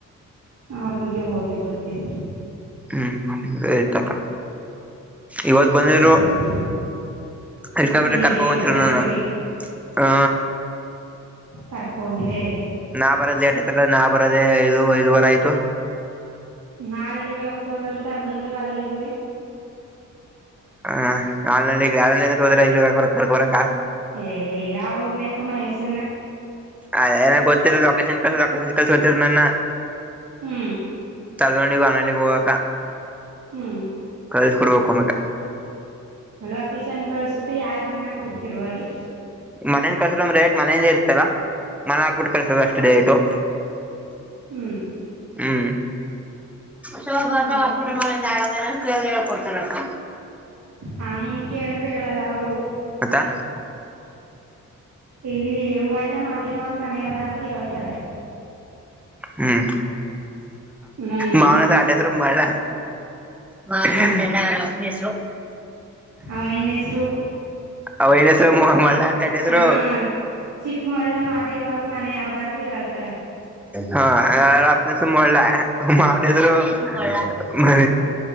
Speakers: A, on the right (about 60°); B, in the centre.
A: ಆರೊಂದಿಗೆ ಹೋಗಿದ್ದು ಬರ್ತೀನಿ
B: ಹ್ಮ್ ನಿ ಏತಣ ಇವತ್ ಬಂದಿದ್ರು
A: ಸರಿ
B: ರಿಕ
A: ಎಲ್ಲಿಗೆ
B: ಕರ್ಕಂತರುರು
A: ಇಟ್ಕ ಫ್ಯಾಕ್ಟ್ರಿಗೆ
B: ನಾನ ಹಾ
A: ಕರ್ಕೋಗಿದೆ
B: ನಾ ಬರದ ಲೇಟ್ ಆಯ್ತಲ್ಲ ನಾ ಬರದ ಐದು ಐದ ವರ ಆಯ್ತು
A: ಹಾಲಳಿ ಯಾವತ್ತು ಹೋದೋರು ತರದಿ ಹಾಲಳಿಗ
B: ಹ ನಾಳಲ್ಲಿ ಯರ ತೋದ್ರರ ಕರ್ಕ ಬರಾ
A: ಏ ಅವ ಅವ್ರನಕ ಮ ಹೆಸನ
B: ಅ ಏನ ಗೊತ್ತಿರಾ ಲೊಕೇಶನ್ ಕಸ ಲೊಕೇಶನ್ ಕಸ ಗೊತ್ತಿರ ನನ್ನ
A: ಹ್ಞೂ
B: ತಳ್ಕೊಂಡಿ ಮನಲ್ಲಿಗೆ ಹೋಗಕ
A: ಹ್ಞೂ
B: ಕಳ್ಸಕೊಡ್ಬೇಕಮಕ
A: ಲೊಕೇಶನ್ ಕಳಸ್ಬಿಟ್ಟು ಯಾರ್ ಮನ ಅಂತ ಹುಡ್ಕಿರುವ ಅಲ್ಲಿ
B: ಮನೇನ್ ಕಸ್ರಂದ ರೇಟ್ ಮನೆಯದೇ ಇರ್ತಲ್ಲ ಮನೆ ಹಗ್ಬಿಟ್ಟು ಕಲ್ಸದ ಅಷ್ಟು ರೇಟು ಹ್ಮ
A: ಹ್ಮ್
B: ಹ್ಮ್ ಸಭ ವಷರಿಂದ
A: ಹಾಕ್ಬಿಟ್ಟು
B: ಆ ಹೇಳ್ಕೊಡ್ತಾರಪ್ಪ
A: ಹಂಗ ಕೇಳಿದ್ರೆ ಹೇಳಲ್ಲ ಅವರು
B: ಅತ್ತಾ
A: ಇಲ್ಲಿ ಮಳ್ಳ ಮಹದೇವ ಅವ್ರ ಮನೆ ಯಾವದ ಅಂದ್ರರು ಹೇಳ್ತಾರ
B: ಹ್ಮ್
A: ಹ್ಞೂ
B: ಮಾವನ ಸ ಅಡಸರುಮ ಮಾಡಲ ಮಲ್ಲರಸರು
A: ಹ ನ್ ಹೆಸರು
B: ಅವೈನಸ ಮುಹಗಳು ತಡಸರ
A: ಹ ಚಿಕ್ಕಮಳ್ಳ ಮಾದೇವ ಅವ್ರ ಮನೆ ಯಾವ್ದ ಅಂದ್ರ ಹೇಳ್ತಾರ
B: ಹಾ ಯನಸ ಮಲ ಮಾವಡದುರು ಮ